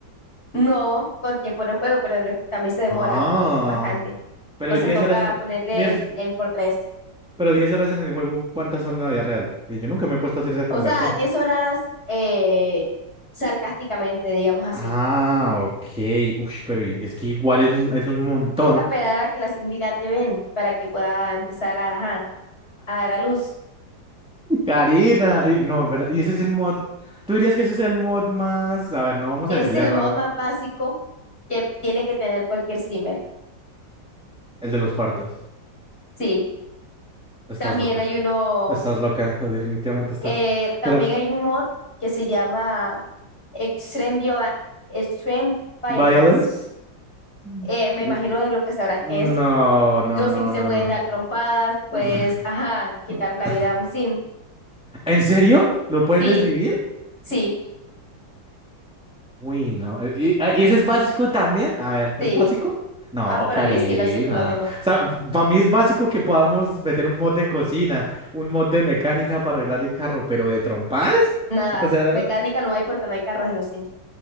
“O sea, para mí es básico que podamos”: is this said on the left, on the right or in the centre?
Centre